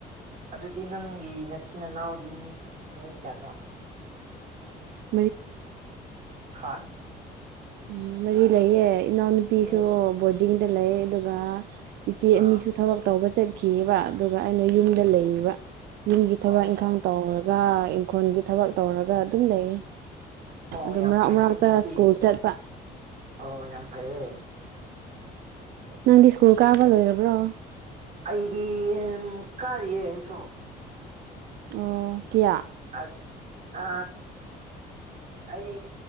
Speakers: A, on the right (about 45°); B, on the right (about 70°).
A: ꯑꯗꯨꯗꯤ ꯅꯪꯒꯤ ꯅꯆꯤꯟ ꯏꯅꯥꯎꯗꯤ ꯃꯤ ꯀꯌꯥ ꯃꯤ ꯀꯌꯥꯅꯣ
B: ꯍ
A: ꯍꯥꯥ
B: ꯎꯝ ꯃꯔꯤ ꯂꯩꯌꯦ ꯏꯅꯥꯎꯅꯨꯄꯤꯁꯨ
A: ꯃꯤ
B: ꯕꯣꯔꯗꯤꯡꯗ ꯂꯩ ꯑꯗꯨꯒ ꯏꯆꯦ
A: ꯑꯥ
B: ꯑꯅꯤꯁꯨ ꯊꯕꯛ ꯇꯧꯕ ꯆꯠꯈꯤꯑꯕ ꯑꯗꯨꯒ ꯑꯩꯅ ꯌꯨꯝꯗ ꯂꯩꯌꯦꯕ ꯌꯨꯝꯒꯤ
A: ꯑꯣ
B: ꯊꯕꯛ ꯏꯪꯈꯥꯡ ꯇꯧꯔꯒ ꯏꯪꯈꯣꯜꯒꯤ ꯊꯕꯛ ꯇꯧꯔꯒ ꯑꯗꯨꯝ ꯂꯩ
A: ꯑꯣ
B: ꯑꯗꯨꯣ
A: ꯌꯥꯝ
B: ꯃꯔꯛ
A: ꯐꯩꯅꯦ
B: ꯃꯔꯛꯇ
A: ꯑꯗꯨꯗꯤ
B: ꯁ꯭ꯀꯨꯜ ꯆꯠ
A: ꯑꯣ ꯌꯥꯝ ꯐꯩꯌꯦ
B: ꯅꯪꯗꯤ ꯁ꯭ꯀꯨꯜ ꯀꯥꯕ ꯂꯣꯏꯔꯕ꯭ꯔꯣ
A: ꯑꯩꯗꯤ ꯀꯥꯔꯤꯌꯦ ꯑꯩꯁꯨ
B: ꯑꯣ ꯀꯌꯥ
A: ꯑ ꯑ ꯑꯩ